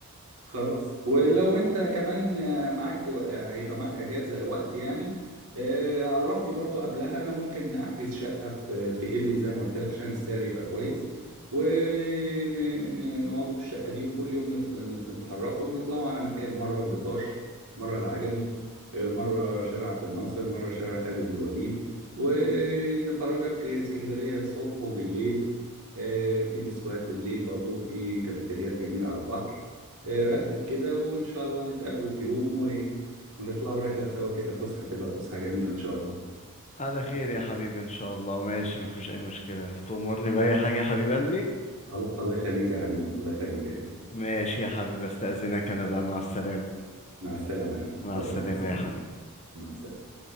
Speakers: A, on the right; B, on the left.
A: خلاص ولو انت كمان آه، معاك آه، هيبقى معاك اجازه وقت يعني آه، عرفني برضو قبلها انا ممكن احجز شقه في في قبلي زي ما قلت لك عشان السعر يبقى كويس ونقعدوا في الشقه دي وكل يوم نت- نت- نتحركوا ونطلعوا على مكان مره البطاش مره العجمي آه، مره شارع عبد الناصر مره شارع خالد بن الوليد ونفرجك اسكندريه الصبح وبالليل آه، في ديسكوهات بالليل برضو في كافيتريات جميله على البحر آه، رتب كده وإن شاء الله نتقابلوا في يوم وإيه ونطلعوا رحلة سوا كده فسحة تبقى فسحة جميلة إن شاء الله
B: على خير يا حبيبي ان شاء الله ماشي مفيش اي مشكلة تأمرني بأي حاجة يا حبيب قلبي
A: ال- الله يخليك يا حبيبي الله يخليك يا حبيبي.
B: ماشي يا حبيبي استأذنك انا بقى مع السلامة
A: مع السلامة يا حبيبي
B: مع
A: اتفضل
B: السلامة
A: مع السلامة
B: يا حبيبي
A: مع السلامة